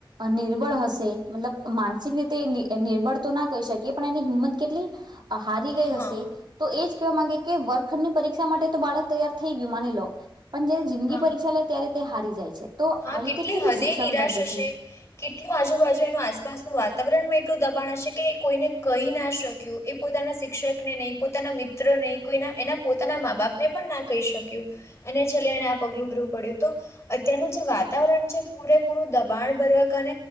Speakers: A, on the right (about 60°); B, on the left (about 30°).
A: નિર્બળ હશે મતલબ માનસિક રીતે નિર્બળ તો ના કહી શકીએ પણ એની હિંમત કેટલી. હારી ગઈ
B: હા
A: હશે તો એજ. વા માંગે કે વર્ખંડની પરીક્ષા માટે તો બાળક તૈયાર. થ યુમાિ લો. પણ જયારે જિંદગી
B: હા
A: પરીક્ષા લે ત્યારે. તે હારી જાય છે. તો આવી
B: હા કેટલી
A: રીતે કેવી
B: હદે
A: શિક્ષણ
B: નિરાશ
A: પદ્ધતિ
B: હશે કેટલી આજુબાજુ એનું આસપાસનું વાતાવરણ મે. એટલું દબાણ હશે કે કોઈને કહી ના શક્યું એ પોતાના શિક્ષકને નહીં પોતાના મિત્ર નહી કોઈના એના પોતાના મા બાપને પણ ના કહી શક્યું અને છેલ્લે એને આ પગલું ભરવું પડ્યું તો અત્યારનું. વાતાવરણ છે પૂરેપૂરું દબાણ ભરવા કાર